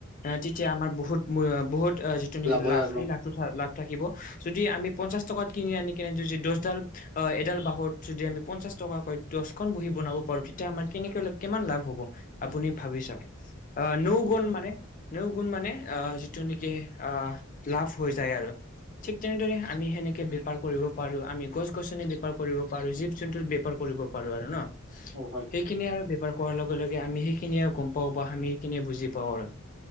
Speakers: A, on the left; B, on the right.
A: তেতিয়া আমাৰ বহুত-বহুত যিটো নেকি
B: হয়
A: লাভ,
B: আৰু
A: সেই
B: ন
A: লাভ সেইটোত লাভ থাকিব। যদি আমি পঞ্চাশ টকাত কিনি আনি কেনে যদি দহডাল এডাল বাহত যদি আমি পঞ্চাশ টকাকৈ দহখন বহি বনাব পাৰো, তেতিয়া আমাৰ কেনেকৈ কিমান লাভ হ'ব। আপুনি ভাবি চাওঁক। অ' নৌগুণ মানে নৌগুণ মানে আ, যিটো নেকি আ, লাভ হৈ যায় আৰু। ঠিক তেনেদৰে আমি সেনেকে বেপাৰ কৰিব পাৰো। আমি গছ-গছনি বেপাৰ কৰিব পাৰোঁ। জীব-জন্তুত বেপাৰ কৰিব পাৰো আৰু ন। সেইখিনিয়ে
B: অ হয়
A: আৰু বেপাৰ কৰাৰ লগে-লগে আমি সেইখিনিয়ে গম পাওঁ বা আমি সেইখিনি বুজি পাওঁ আৰু।